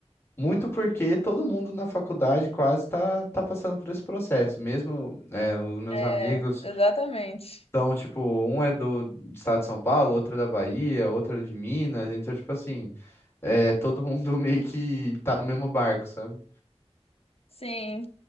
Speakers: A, on the left; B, on the left.
A: Muito porque todo mundo na faculdade quase tá, tá passando por esse processo. Mesmo é, os meus
B: É,
A: amigos
B: exatamente.
A: são, tipo, um é do estado de São Paulo, outro é da Bahia, outro é de Minas. Então, tipo assim, é, todo mundo <laughs> meio que tá no mesmo barco, sabe?
B: Sim,